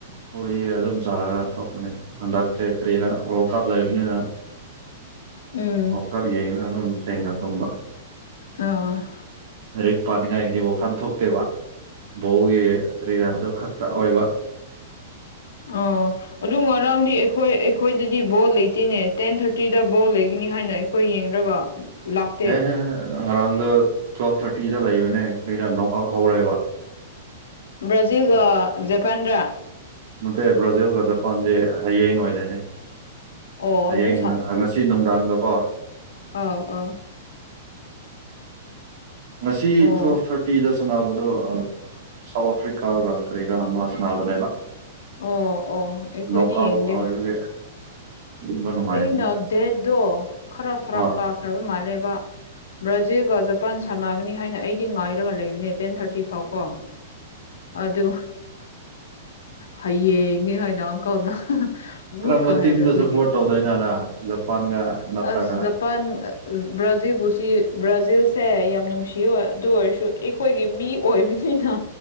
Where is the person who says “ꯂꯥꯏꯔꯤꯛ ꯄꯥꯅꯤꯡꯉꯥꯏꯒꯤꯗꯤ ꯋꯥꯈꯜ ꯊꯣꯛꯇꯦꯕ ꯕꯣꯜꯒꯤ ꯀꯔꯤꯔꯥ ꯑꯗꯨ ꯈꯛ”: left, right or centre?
Right